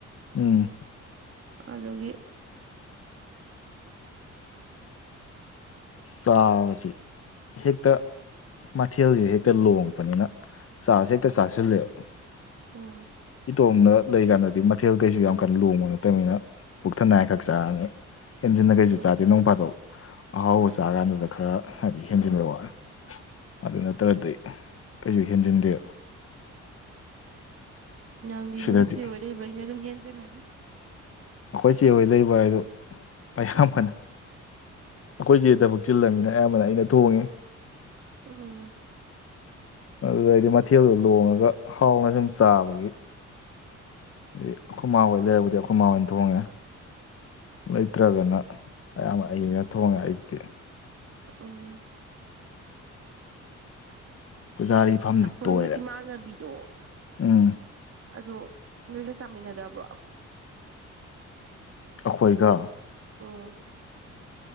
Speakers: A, on the left (about 50°); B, on the right (about 50°).
A: ꯎꯝ
B: ꯑꯗꯨꯒꯤ
A: ꯆꯥꯕꯁꯤ ꯍꯦꯛꯇ ꯃꯊꯦꯜꯖꯦ ꯍꯦꯛꯇ ꯂꯣꯡꯄꯅꯤꯅ ꯆꯥꯕꯁꯦ ꯍꯦꯛꯇ ꯆꯥꯁꯤꯜꯂꯦꯕ
B: ꯎꯝ
A: ꯇꯣꯡꯅ ꯂꯩꯒꯥꯟꯗꯗꯤ ꯃꯊꯦꯜ ꯀꯩꯁꯨ ꯌꯥꯝ ꯀꯟꯅ ꯂꯣꯡꯕ ꯅꯠꯇꯝꯃꯤꯅ ꯄꯨꯛ ꯊꯟꯅꯉꯥꯏ ꯈꯛ ꯆꯥꯝꯅꯤꯅ ꯍꯦꯟꯖꯤꯟꯅ ꯀꯩꯁꯨ
B: ꯎꯝ
A: ꯆꯥꯗꯦ ꯅꯣꯡꯐꯥꯊꯣꯛ ꯑꯍꯥꯎꯕꯁꯨ ꯇꯥ ꯒꯥꯟꯗꯨꯗ ꯈꯔ ꯍꯥꯏꯗꯤ ꯍꯦꯟꯖꯤꯟꯕꯩ ꯋꯥꯅꯤ ꯑꯗꯨ ꯅꯠꯇ꯭ꯔꯗꯤ ꯀꯩꯁꯨ ꯍꯦꯟꯖꯤꯟꯗꯦꯕ
B: ꯅꯪꯗꯤ
A: ꯁꯤꯗꯗꯤ
B: ꯅꯣꯏꯆꯦ ꯍꯣꯏ ꯂꯩꯕꯅꯤꯅ ꯑꯗꯨꯝ ꯍꯦꯟꯖꯤꯜꯂꯅꯤ
A: ꯑꯈꯣꯏ ꯆꯦ ꯍꯣꯏ ꯂꯩꯕ ꯍꯥꯏꯗꯨ ꯑꯌꯥꯝꯕꯅ ꯑꯈꯣꯏꯆꯦ ꯊꯕꯛ ꯆꯤꯜꯂꯝꯅꯤꯅ ꯑꯌꯥꯝꯕꯅ ꯑꯩꯅ ꯊꯣꯡꯉꯤ
B: ꯎꯝ
A: ꯑꯗꯨꯗꯩꯗꯤ ꯃꯊꯦꯜꯗꯣ ꯂꯣꯡꯉꯒ ꯍꯥꯎꯅ ꯁꯨꯝ ꯆꯥꯕꯒꯤ ꯗꯩ ꯑꯈꯣꯏ ꯃꯥꯥ ꯍꯣꯏ ꯂꯩꯔꯕꯨꯗꯤ ꯑꯈꯣꯏ ꯃꯥꯥ ꯍꯣꯏꯟ ꯊꯣꯡꯉꯦ ꯂꯩꯇ꯭ꯔꯒꯅ ꯑꯌꯥꯝꯕ ꯑꯩꯅ ꯊꯣꯡꯉꯦ ꯑꯩꯌꯨꯛꯇꯤ
B: ꯎꯝ
A: ꯄꯨꯖꯥꯔꯤ ꯐꯝꯁꯤ
B: ꯑꯈꯣꯏ
A: ꯇꯣꯏꯔꯦ
B: ꯏꯃꯥꯟꯅꯕꯤꯗꯣ
A: ꯎꯝ
B: ꯑꯗꯣ ꯅꯣꯏꯒ ꯆꯥꯃꯤꯅꯗꯕ꯭ꯔꯣ
A: ꯑꯈꯣꯏꯒ
B: ꯎꯝ